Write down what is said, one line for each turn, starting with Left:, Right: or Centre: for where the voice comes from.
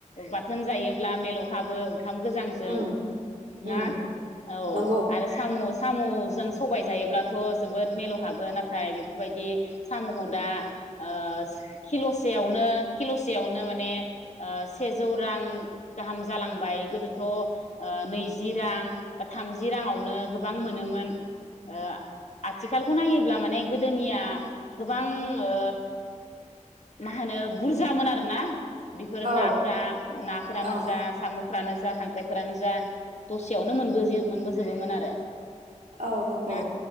Left: बाथोन जायोब्ला मिलौहाबो। ओंखाम गोजांजों
Right: उम
Left: ना?
Right: उम
Left: औ
Right: नंगौ
Left: आरो साम' सामुजों सबाय जायोब्लाथ जोबोद मिलहाबो नाथाय बेफोरबायदि सामुखौ दा ओ किलसेयावनो किलसेयावनो माने ओ सेजौ रां गाहाम जालांबाय गोदोथ नैजि रां बा थामजि राङावनो गोबां मोनोमोन ओ आथिखालखौ नायोब्ला माने गोदोनिया गोबां ओ मा होनो बुरजामोन आरोना बेफोर
Right: औ
Left: नाफोरा नाफ्रानो
Right: औ
Left: जा सामुफ्रानो जा खां फोरानो जा दसेयावनो मोन मोनबो मोनजोबोमोन आरो।
Right: औ नंगौ
Left: ना